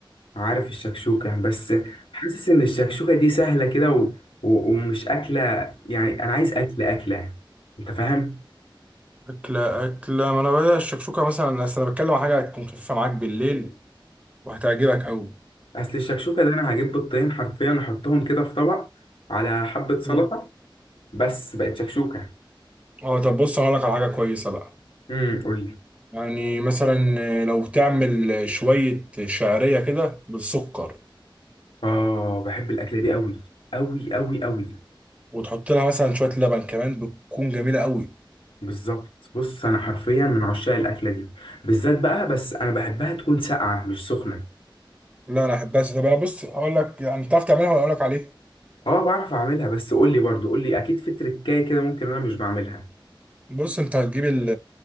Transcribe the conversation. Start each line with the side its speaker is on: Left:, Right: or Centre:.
Left: عارف الشكشوكة بس حاسس إن الشكشوكة دي سهلة كده و... و... ومش أكلة يعني أنا عايز أكل أكلة أنت فاهم؟
Right: اكله اكله ما انا بقى الشكشوكه مثلا أصل انا بتكلم عن حاجه هتكون خفيفه معاك بالليل وهتعجبك قوي
Left: أصل الشكشوكة ده أنا هجيب بيضتين حرفيا أحطهم كده في طبق على حبة سلطة
Right: مم.
Left: بس بقت شكشوكة
Right: اه طب بص انا هقول لك على حاجه كويسه بقى
Left: امم قولي
Right: يعني مثلا لو تعمل شوية شعرية كده بالسكر
Left: آه بحب الأكلة دي أوي أوي أوي أوي
Right: وتحط لها مثلا شوية لبن كمان بتكون جميلة قوي
Left: بالظبط بص أنا حرفيا من عشاق الأكلة دي بالذات بقى بس أنا بحبها تكون ساقعة مش سخنة
Right: لا أنا أحبها طب أنا بص أقول لك يعني تعرف تعملها ولا أقول لك عليه
Left: اه بعرف أعملها بس قولي برضو قولي أكيد في تركاية كده ممكن أنا مش بعملها
Right: بص أنت هتجيب ال